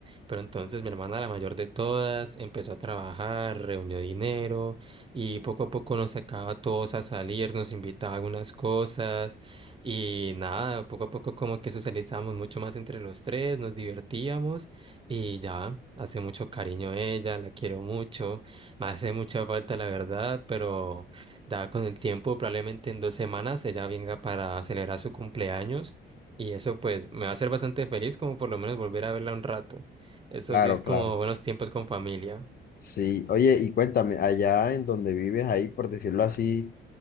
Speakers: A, on the right; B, on the left.
A: Pero entonces mi hermana, la mayor de todas, empezó a trabajar, reunió dinero y poco a poco nos sacaba a todos a salir, nos invitaba a algunas cosas y nada, poco a poco como que socializamos mucho más entre los tres, nos divertíamos. Y ya, hace mucho cariño a ella, la quiero mucho, me hace mucha falta la verdad, pero ya con el tiempo, probablemente en dos semanas, ella venga para celebrar su cumpleaños y eso pues me va a hacer bastante feliz como por lo menos volver a verla un rato. Eso
B: Claro,
A: sí es
B: claro.
A: como buenos tiempos con familia.
B: Sí, oye, y cuéntame, allá en donde vives, hay, por decirlo así,